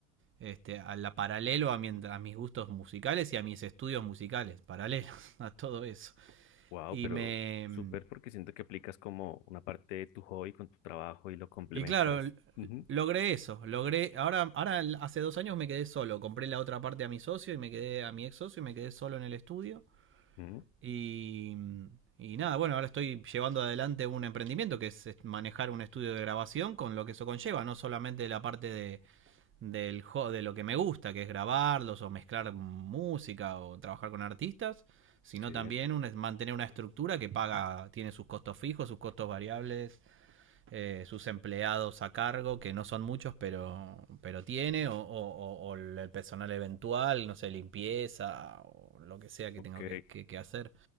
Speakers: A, on the right; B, on the left.
A: este, a la paralelo a, mi, a mis gustos musicales y a mis estudios musicales, paralelos <laughs> a todo eso.
B: Wow,
A: Y
B: pero
A: me...
B: súper porque siento que aplicas como una parte de tu hobby con tu trabajo y lo complementas.
A: Y claro,
B: Ujú,
A: logré eso, logré, ahora, ahora hace dos años me quedé solo, compré la otra parte a mi socio y me quedé a mi ex socio y me quedé solo en el estudio
B: ujú,
A: Y, mm, y nada, bueno, ahora estoy llevando adelante un emprendimiento que es manejar un estudio de grabación con lo que eso conlleva, no solamente la parte de, del, de lo que me gusta, que es grabarlos o mezclar música o trabajar con artistas, sino
B: Sí.
A: también un- mantener una estructura que paga, tiene sus costos fijos, sus costos variables, eh, sus empleados a cargo, que no son muchos, pero, pero tiene, o, o- o- o el personal eventual, no sé, limpieza o lo que sea que
B: Ok.
A: tengo que- que- que hacer.